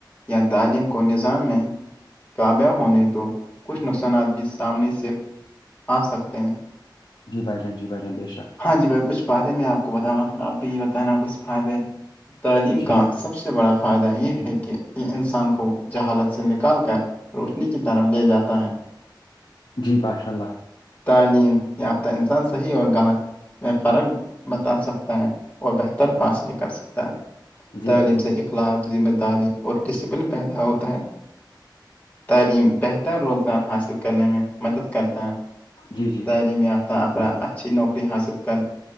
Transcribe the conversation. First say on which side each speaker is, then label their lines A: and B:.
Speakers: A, on the left; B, on the left.
A: یا تعلیم کو نظام میں تابہ ہونے تو کچھ نقصانات بھی سامنے سے آ سکتے ہیں
B: جی بائیان جی بائی جان بے شک
A: ہاں جی بھائی کچھ فائدے میں آپ کو بتاؤں گا پھر اپ بھی بتانا کچھ فائدے تعلیم
B: جی
A: کااں
B: بھائی،
A: سب سب سے بڑا فائدہ یہ ہے کہ یہ انسان کو جہالت سے نکال کر روشنی کی طرح لے جاتا ہے
B: جی باشاء اللہ
A: تعلیم یافتہ انسان صحیح اور غلط میں فرق بتا سکتا ہے اور بہتر فاصلے کر سکتا ہے
B: جی
A: تعلیم
B: بھائی-
A: سے ایک اخلاق ذمہ داری اور ڈسپلن پیدا ہوتا ہے تعلیم بہتر روزگار حاصل کرنے میں مدد کرتا ہے
B: جی جی
A: تعلیم یافتہ افر اچھی نوکری حاصل کر